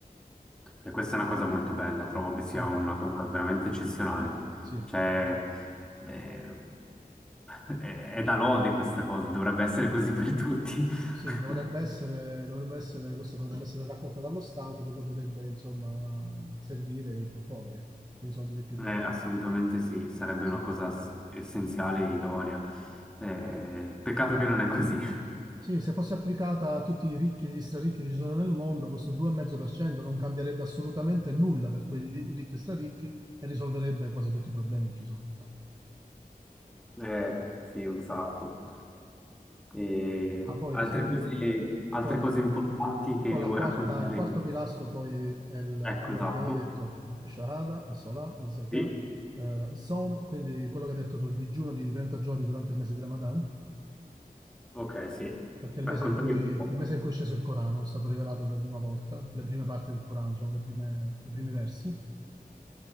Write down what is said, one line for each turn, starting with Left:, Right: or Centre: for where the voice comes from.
Centre: E questa è una cosa molto bella, trovo che sia
Right: Sì,
Centre: una cosa veramente eccezionale.
Right: sì,
Centre: Cioè, eh, <laughs> è, è da lode questa cosa, dovrebbe essere
Right: sì,
Centre: così per tutti.
Right: Sì, dovrebbe
Centre: <laughs>
Right: essere, dovrebbe essere, questa dovrebbe essere raccolta dallo Stato che poi dovrebbe, insomma, servire ai più poveri, ecco, con i soldi dei più ricchi.
Centre: Eh, assolutamente sì, sarebbe
Right: Sì.
Centre: una cosa s- essenziale e idonea. Eh, peccato che non è così. <laughs>
Right: Sì, se fosse applicata a tutti i ricchi e gli straricchi che ci sono nel mondo, questo 2,5% non cambierebbe assolutamente nulla per quei ricchi e straricchi e risolverebbe quasi tutti i problemi che ci sono.
Centre: Eh, sì, un sacco. E
Right: Ah, poi
Centre: altre
Right: diciamo,
Centre: cose, altre
Right: poi,
Centre: cose importanti che
Right: poi
Centre: mi
Right: la
Centre: vuoi
Right: quarta,
Centre: raccontare?
Right: il quarto pilastro poi è il,
Centre: Ecco,
Right: allora
Centre: esatto.
Right: abbiamo detto Shahada, As-Salah, Az-Zakah,
Centre: Sì.
Right: eh, Saum, quindi quello che hai detto tu, il digiuno di 30 giorni durante il mese di Ramadan,
Centre: Ok, sì.
Right: perché è il
Centre: Raccontami
Right: mese in cui,
Centre: un po'.
Right: il mese in cui è sceso il Corano, è stato rivelato per la prima volta, le prime parti del Corano, diciamo, le prime- i primi versi.